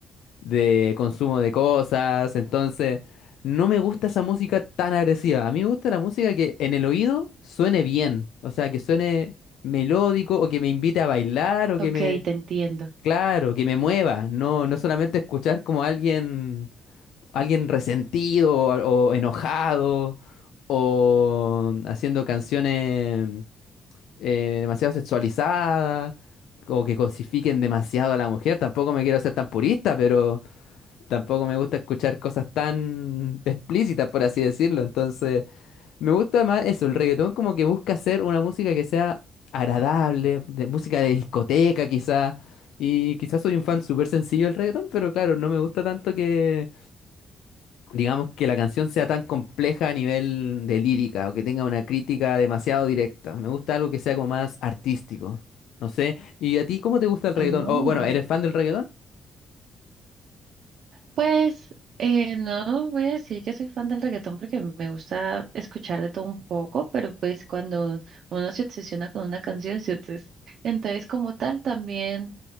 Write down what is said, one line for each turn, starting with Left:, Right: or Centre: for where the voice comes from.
Left: de consumo de cosas. Entonces, no me gusta esa música tan agresiva. A mí me gusta la música que en el oído suene bien. O sea, que suene melódico o que me invite a bailar o
Right: ok,
Left: que me...
Right: te entiendo.
Left: Claro, que me mueva. No, no solamente escuchar como alguien alguien resentido o, o enojado o haciendo canciones eh, demasiado sexualizadas o que cosifiquen demasiado a la mujer. Tampoco me quiero ser tan purista, pero tampoco me gusta escuchar cosas tan <laughs> explícitas, por así decirlo. Entonces, me gusta más eso, el reggaetón como que busca hacer una música que sea agradable, de música de discoteca quizá. Y quizás soy un fan súper sencillo del reggaetón, pero claro, no me gusta tanto que digamos, que la canción sea tan compleja a nivel de lírica o que tenga una crítica demasiado directa. Me gusta algo que sea como más artístico. No sé. ¿Y a ti cómo te gusta el reggaetón?
Right: Oh,
Left: O bueno, ¿eres fan del reggaetón?
Right: pues eh, no voy a decir que soy fan del reggaetón porque me gusta escuchar de todo un poco, pero pues cuando uno se obsesiona con una canción, se obses- Entonces, como tal, también